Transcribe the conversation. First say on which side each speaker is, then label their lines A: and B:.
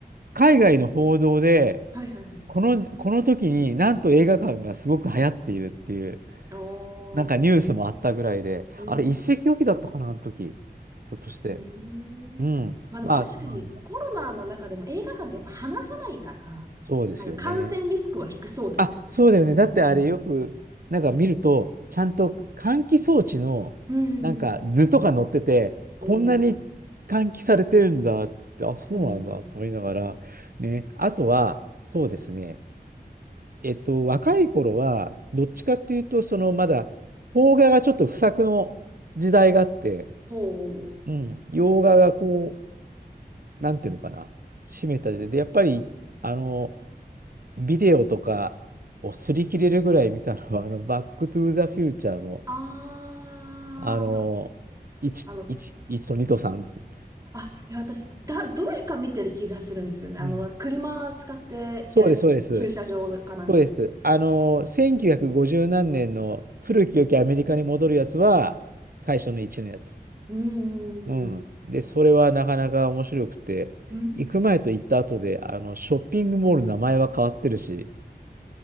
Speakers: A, on the right (about 60°); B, on the right (about 20°).
A: 海外の報道で、
B: はいはい。
A: この、この時になんと映画館がすごく流行っているっていう、
B: ああ、う
A: なんかニュースもあったぐらいで、
B: ん、
A: あれ一石置きだったかな、あの時。ひょっとして。
B: うん。
A: うん。
B: まあでも確かにコロナの中でも映画館ってやっぱ話さないから、
A: まあ、そんなのね。そうですよね。
B: なんか感染リスクは低そうですよね。
A: あ、そうだよね。だってあれよく、
B: うん。
A: なんか見ると、ちゃんと換気装置の、
B: うん。
A: なんか図とか載ってて、
B: うん。
A: こんなに換気されてるんだって、あ、そうなんだと思いながら、
B: うん
A: ね。あとは、そうですね。えっと、若い頃は、どっちかっていうと、そのまだ、邦画がちょっと不作の時代があって、
B: ほう。
A: うん、洋画がこう、なんていうのかな、占めた時代で、やっぱり、あの、ビデオとかを擦り切れるぐらい見たのは、あの、バックトゥーザフューチャーの、
B: ああ、
A: あの、1、
B: あの、
A: 1、1と2と3っていう。
B: あ、いや私、だ、どれか見てる気がするんですよね。
A: うん
B: あの、車使ってやるやつですよね。
A: そうです、そうです。
B: 駐車場かなんかで。
A: そうです。あの、1950何年の古き良きアメリカに戻るやつは、最初の1のやつ。
B: うん。
A: うん。で、それはなかなか面白くて、
B: うん。
A: 行く前と行った後で、あの、ショッピングモールの名前は変わってるし、